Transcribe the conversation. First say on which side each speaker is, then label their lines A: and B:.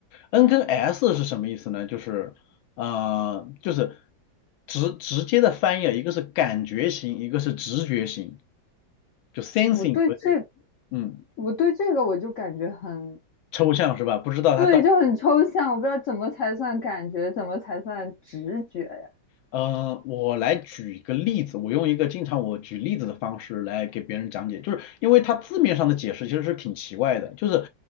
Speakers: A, on the left (about 90°); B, on the left (about 70°).
A: ，N 跟 S 是什么意思呢？就是呃，就是直直接的翻译啊，一个是感觉型，一个是直觉型，就 sensing
B: 我对这，
A: 和这嗯
B: 我对这个我就感觉很，
A: 抽象是吧？不知道它到。
B: 对，就很抽象，我不知道怎么才算感觉，怎么才算直觉呀？
A: 呃，我来举一个例子，我用一个经常我举例子的方式来给别人讲解，就是因为它字面上的解释其实是挺奇怪的，就是